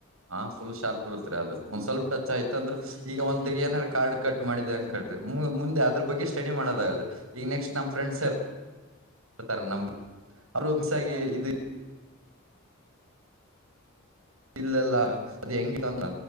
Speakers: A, on the right; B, on the right.
A: ಹ ಫುಲ್ ಶಾರ್ಪ್ ಇರ್ತ್ರಿ ಅದ ಒಂದ್
B: ಹಾ
A: ಸ್ವಲ್ಪ
B: ಹಾ
A: ಟಚ್ ಆಯ್ತಂದ್ರೆ ಈಗ ಒಂದ ಏನಾರ ಕಾರ್ಡ್ ಕಟ್ ಮಾಡಿದೆ ಅಂಕ್ರಿ ಮುಂದೆ ಅದ್ರ ಬಗ್ಗೆ ಸ್ಟಡಿ ಮಾಡದಾಗಲ್ ಈಗ ನೆಕ್ಸ್ಟ್ ನಮ್ಮ ಫ್ರೆಂಡ್ ಆನ್ಸರ್ ಹತಾರ ನಮ್ಗ ಅವರು ಮಿಸ್ ಆಗ
B: ಹೌದು
A: ಇದು ಇಲ್ಲಲ್ಲ ಅದ ಹೆಂಗ